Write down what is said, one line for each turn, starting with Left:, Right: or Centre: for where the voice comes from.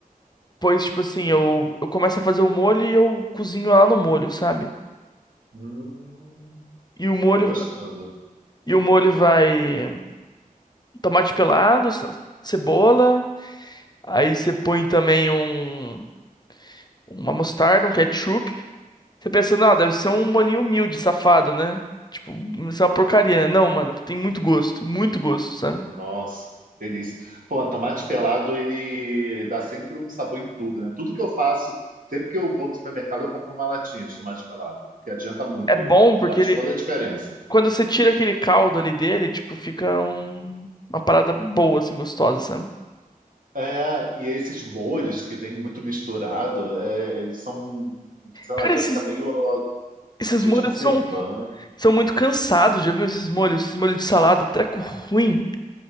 Left: depois, tipo assim, eu, eu começo a fazer o molho e eu cozinho lá no molho, sabe?
Right: Hum,
Left: E o molho
Right: tô gostando.
Left: e o molho vai tomate pelado, ce- cebola, aí você põe também um uma mostarda, um ketchup Você pensa, não, deve ser um molinho humilde, safado, né? Tipo, isso é uma porcaria. Não, mano, tem muito gosto, muito gosto, sabe?
Right: Nossa, delícia. Pô, tomate pelado, ele dá sempre um sabor em tudo, né? Tudo que eu faço, sempre que eu vou do supermercado, eu compro uma latinha de tomate pelado, que adianta muito,
Left: É bom porque
Right: faz
Left: ele,
Right: toda a diferença.
Left: quando você tira aquele caldo ali dele, tipo, fica um- uma parada boa, assim, gostosa, sabe?
Right: É, e esses molhos que vêm muito misturado, é, eles são, sei
Left: Cara,
Right: lá, já
Left: esses,
Right: fica meio ó,
Left: esses
Right: cheio
Left: molhos
Right: de conservante.
Left: são, são muito cansados, já viu esses molhos? Esses molhos de salada, treco ruim.